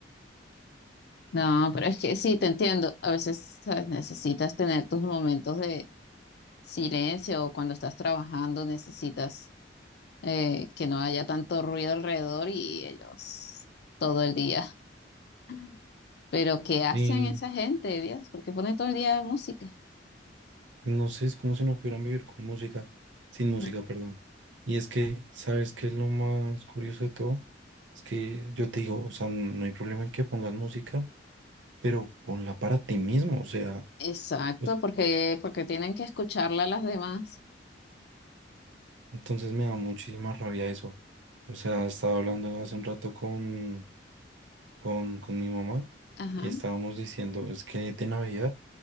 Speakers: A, on the left; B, on the right.
A: No, pero es que sí, te entiendo. A veces, ¿sabes? Necesitas tener tus momentos de silencio o cuando estás trabajando necesitas eh, que no haya tanto ruido alrededor y ellos todo el día. <laughs> Pero ¿qué hacen
B: Y
A: esa gente, Dios? ¿Por qué ponen todo el día música?
B: pues no sé, es como si no pudieran vivir con música, sin música,
A: Mm.
B: perdón. Y es que, ¿sabes qué es lo más curioso de todo? Es que yo te digo, o sea, no hay problema en que pongas música, pero ponla para ti mismo, o sea,
A: Exacto,
B: pues,
A: porque, porque tienen que escucharla a las demás.
B: entonces me da muchísima rabia eso. O sea, estaba hablando hace un rato con, con, con mi mamá
A: Ajá.
B: y estábamos diciendo, es que de Navidad